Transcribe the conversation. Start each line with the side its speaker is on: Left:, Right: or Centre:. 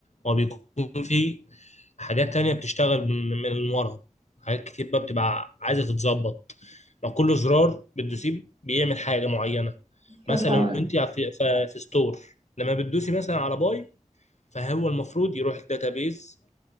Left: هو بيكون فيه حاجات تانية بتشتغل من من من ورا حاجات كتير بقى بتبقى عايزة تتظبط ما كل زرار بتدوسيه بيعمل حاجة معينة مثلا
Right: ايوه فاهمة قصدي.
Left: وانت في في في ستور لما بتدوسي مثلا على باي فهو المفروض يروح الداتابيز